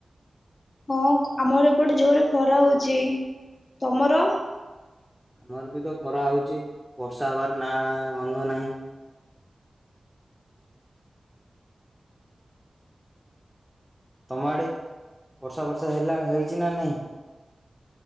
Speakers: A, on the left; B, in the centre.
A: ହଁ ଆମର ଏପଟେ ଜୋରେ ଖରା ହୋଉଚି। ତମର?
B: ଆମର୍ ବି ତ ଖରା ହୋଉଛି ବର୍ଷା ହବାର ନା ଗନ୍ଧ ନାହିଁ। ତମ ଆଡେ, ବର୍ଷା ବର୍ଷା ହେଲା ହେଇଛି ନା ନାହିଁ?